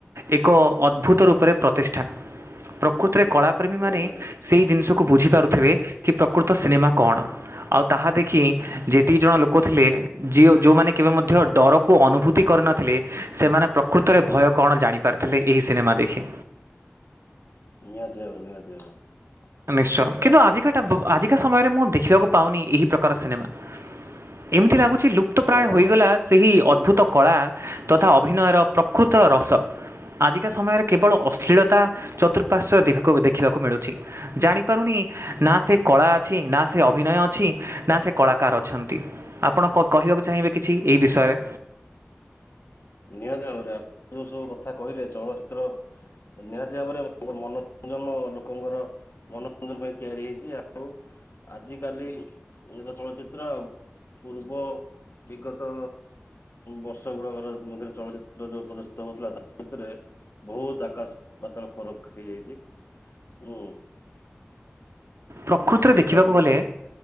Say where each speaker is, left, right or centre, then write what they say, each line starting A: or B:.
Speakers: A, on the right (about 75°); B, on the left (about 70°).
A: ଏକ ଅଦ୍ଭୁତ ରୂପରେ ପ୍ରତିଷ୍ଠା ପ୍ରକୃତିରେ କଳା ପ୍ରେମୀମାନେ
B: ନିହାତି ଭାବରେ
A: ସେଇ ଜିନିଷକୁ ବୁଝିପାରୁଥିବେ। କି ପ୍ରକୃତ ସିନେମା କଣ ଆଉ ତାହା ଦେଖି ଯେତିକି ଜଣ ଲୋକ ଥିଲେ ଜିଅ ଯୋଉମାନେ କେବେ ମଧ୍ୟ ଡରକୁ ଅନୁଭୁତି କରିନଥିଲେ ସେମାନେ ପ୍ରକୃତରେ
B: ହୁଁ
A: ଭୟ କଣ ଜାଣିପାରିଥିଲେ ଏହି ସିନେମା ଦେଖି।
B: ନିହାତି ନିହାତି ଭାବରେ।
A: ନିଶ୍ଚୟ
B: ଯାହା
A: କିନ୍ତୁ
B: ହଉ
A: ଆଜି ଆଜିକା ସମୟରେ ମୁଁ ଦେଖିବାକୁ ପାଉନି ଏହି ପ୍ରକାର ସିନେମା। ଏମିତି ଲାଗୁଚି ଲୁପ୍ତ ପ୍ରାୟ
B: ନାଇଁ
A: ହୋଇଗଲା।
B: ନାଇଁ ନାଇଁ
A: ସେହି ଅଦ୍ଭୁତ କଳା ତଥା ଅଭିନୟର ପ୍ରକୃତ ରସ ଆଜିକା ସମୟରେ କେବଳ ଅଶ୍ଳୀଳତା ଚତୁଃପାର୍ଶ୍ଵ ଦେଖିବାକୁ ମିଳୁଚି। ଜାଣିପାରୁନି ନା ସେ କଳା ଅଛି ନା ସେ ଅଭିନୟ ଅଛି ନା ସେ କଳାକାର ଅଛନ୍ତି। ଆପଣ କହିବାକୁ ଚାହିଁବେ କିଛି ଏଇ ବିଷୟରେ।
B: ନିହାତି ଭାବରେ ଆପଣ ଯୋଉ ସବୁ କଥା କହିଲେ ଚଳଚିତ୍ର ନିହାତି ଭାବରେ ମନୋରଞ୍ଜନ ଲୋକଙ୍କର ମନୋରଞ୍ଜନ ପାଇଁ ତିଆରି ହେଇଚି ଆଉ ଆଜି କାଲି ର ଚଳଚିତ୍ର ଆଉ ପୂର୍ବ ବିଗତ ବର୍ଷ ଗୁଡାକର ମଧ୍ୟରେ ଚଳଚିତ୍ର ଯୋଉ ପ୍ରଦର୍ଶିତ ହଉଥିଲା ତା ଭିତରେ ବହୁତ ଆକାଶ ପାତାଳ ଫରକ ହେଇଯାଇଚି ହୁଁ।
A: ପ୍ରକୃତରେ
B: ଶୁଣି
A: ଦେଖିବାକୁ
B: ପାରୁଛନ୍ତି
A: ଗଲେ
B: ତ